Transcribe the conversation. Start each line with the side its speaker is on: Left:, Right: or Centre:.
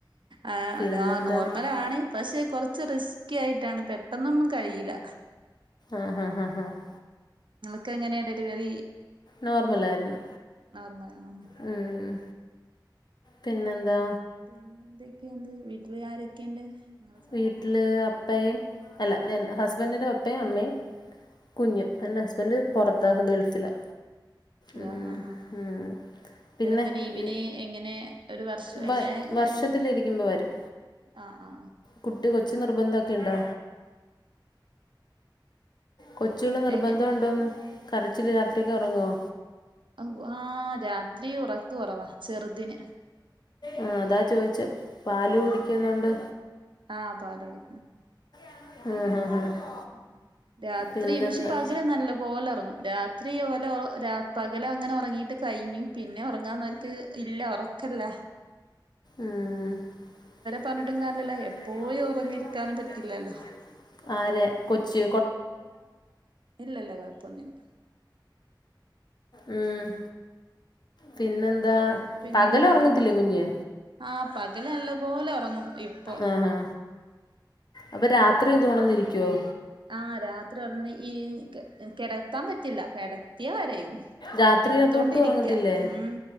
Right: ആ
Left: പിന്നെന്താ
Right: അതാ നോർമലാണ്
Left: കുറച്ച്
Right: പക്ഷെ കൊറച്ച് റിസ്കി ആയിട്ടാണ് പെട്ടെന്നൊന്നും കഴിയില്ല
Left: ആഹ് ആഹ് ആഹ് ആഹ്
Right: ക്കെങ്ങനെയ ഡെലിവറി
Left: നോർമലായിരുന്നു
Right: നോർമൽ ആ
Left: ഉം പിന്നെന്താ
Right: പിന്നെ എന്തൊക്കെയുണ്ട് വീട്ടില് ആരൊക്കെയുണ്ട് നിങ്ങള് സ
Left: വീട്ടില് അപ്പയും അല്ല ഹസ്ബെൻന്റിന്റെ അപ്പയും അമ്മയും കുഞ്ഞും, എന്റെ ഹസ്ബൻഡ് പുറത്ത് ഗൾഫിലാ ഉം
Right: ആ, ആ
Left: ഉം പിന്നെ
Right: ലീവിന്
Left: ഈ
Right: എങ്ങനെ ഒരു വർഷം
Left: വ
Right: എങ്ങനെ
Left: വർഷത്തിലിരിക്കുമ്പോൾ വരും
Right: ആ, ആ
Left: കുട്ടി കൊച്ച് നിർബന്ധൊക്കെ ഉണ്ടോ കൊച്ചുള് നിർബന്ധം
Right: എങ്ങനെ
Left: ഉണ്ടോന്ന് കരച്ചില്, രാത്രിക്ക് ഉറങ്ങുവോ
Right: ഓ, ആ അ രാത്രി ഉറക്ക് കുറവാ ചെറുതിന്
Left: ആ, അതാ ചോദിച്ചെ പാല്
Right: ആ,
Left: കുടിക്കുന്നുണ്ട്
Right: ആ, ആ പാലോടി
Left: ഉം, ഉം, ഉം
Right: ഉം ഉം രാത്രി
Left: പിന്നെന്താ
Right: പക്ഷെ പകല് നല്ല പോലെ ഉറങ്ങും, രാത്രി ഓലെ രാ പകല അങ്ങനെ ഉറങ്ങീട്ട് കഴിഞ്ഞും പിന്നെ ഉറങ്ങാൻ നേരത്ത് ഇല്ല ഉറക്കല്ല
Left: ഉം പിന്നെ
Right: പറഞ്ഞിട്ടും
Left: അവരെ പറഞ്ഞിട്ട്
Right: കാര്യല്ല
Left: കാര്യമില്ല, എപ്പോഴും
Right: ഉറങ്ങിയിരിക്കാനും
Left: ഉറങ്ങിയിരിക്കാൻ
Right: പറ്റില്ലല്ലോ
Left: പറഞ്ഞിട്ട് കാര്യമില്ലല്ലോ, ആരെ കൊച്ച്
Right: ഇല്ല ഇല്ല കുഴപ്പൊന്നും ഇല്ല.
Left: ഉം പിന്നെന്താ അതാ
Right: പിന്നെ
Left: പകല്
Right: എന്തൊക്കെയന്ന്
Left: ഉറങ്ങത്തില്ലേ കുഞ്ഞ്
Right: ആ പകല് നല്ല പോോലെ ഉറങ്ങും ഇപ്പൊ
Left: ആ, ആ അപ്പൊ രാ ഇത്രയും തുണന്നിരിക്കുവോ
Right: ആ, രാത്രി ഉണർന്ന് ഈ കിടത്താൻ പറ്റില്ല കെട കെടത്തിയ കരയും,
Left: രാത്രി
Right: എടുത്തോണ്ടിരിക്ക
Left: അപ്പൊ ഒട്ടും ഉറങ്ങത്തില്ലേ
Right: ഉം,